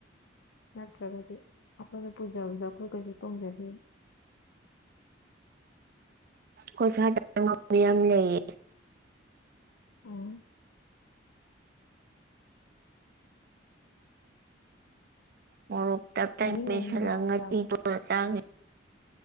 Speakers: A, on the left; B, on the right.
A: ꯅꯠꯇ꯭ꯔꯒꯗꯤ ꯑꯩꯈꯣꯏꯅ ꯄꯨꯖꯕꯗ ꯑꯩꯈꯣꯏ ꯀꯩꯁꯨ ꯇꯣꯡꯖꯗꯦ
B: ꯀꯊꯥ ꯌꯥꯝꯝ ꯂꯩꯌꯦ
A: ꯎꯝ
B: ꯃ ꯇ ꯇꯁ
A: ꯑꯍꯤꯡ ꯑꯍꯤꯡ ꯉꯥꯎꯕꯤꯔꯕ